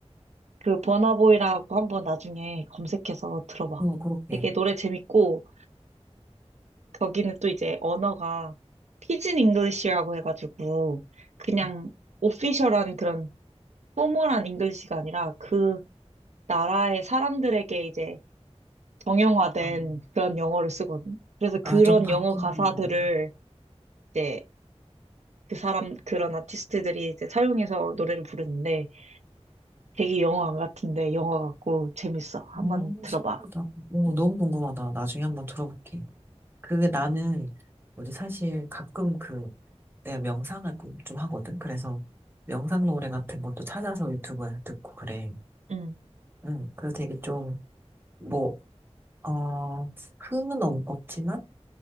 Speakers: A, on the right; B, on the right.
A: 그 버나보이라고 한번 나중에 검색해서 들어봐.
B: 응, 그렇게.
A: 되게 노래 재밌고 거기는 또 이제 언어가 피진 잉글리시라고 해가지고 그냥
B: 음.
A: 오피셜한 그런 포멀한 잉글리시가 아니라 그 나라의 사람들에게 이제 정형화된
B: 아,
A: 그런 영어를 쓰거든. 그래서 그런
B: 아, 좀 바뀐
A: 영어 가사들을
B: 음악.
A: 이제 그 사람, 그런 아티스트들이 이제 사용해서 노래를 부르는데 되게 영어 안 같은데 영어 같고 재밌어. 한번
B: 어,
A: 들어봐.
B: 신기하다. 오,
A: 음.
B: 너무 궁금하다. 나중에 한번 들어볼게. 그게 나는, 뭐지, 사실 가끔 그, 내가 명상을 꿈좀 하거든? 그래서 명상 노래 같은 것도 찾아서 유튜브에서 듣고 그래.
A: 음.
B: 응, 그래서 되게 좀, 뭐, 어, 흥은 없, 없지만